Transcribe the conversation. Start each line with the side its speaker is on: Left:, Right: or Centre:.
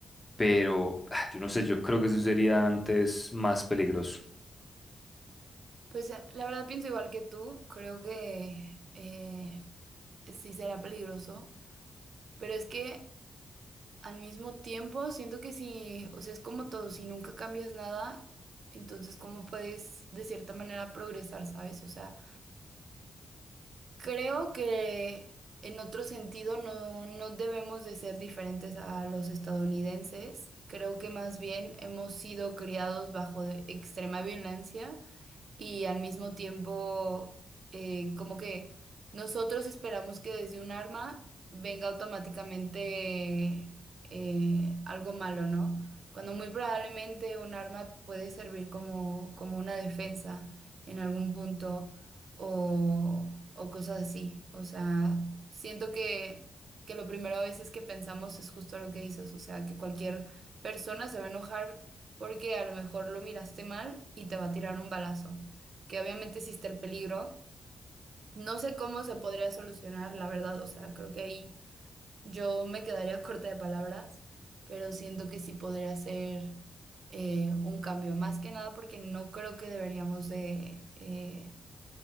Left: pero ah, yo no sé, yo creo que eso sería antes más peligroso.
Right: Pues eh, la verdad pienso igual que tú, creo que eh, sí será peligroso, pero es que... Al mismo tiempo, siento que si, o sea, es como todo, si nunca cambias nada, entonces cómo puedes de cierta manera progresar, ¿sabes? O sea, creo que en otro sentido no, no debemos de ser diferentes a los estadounidenses. Creo que más bien hemos sido criados bajo de extrema violencia y al mismo tiempo eh, como que nosotros esperamos que desde un arma venga automáticamente eh, algo malo, ¿no? Cuando muy probablemente un arma puede servir como, como una defensa en algún punto o, o cosas así. O sea, siento que, que lo primero a veces que pensamos es justo lo que dices, o sea, que cualquier persona se va a enojar porque a lo mejor lo miraste mal y te va a tirar un balazo que obviamente existe el peligro. No sé cómo se podría solucionar, la verdad, o sea, creo que ahí yo me quedaría <laughs> corta de palabras, pero siento que sí podría ser eh, un cambio, más que nada porque no creo que deberíamos de eh,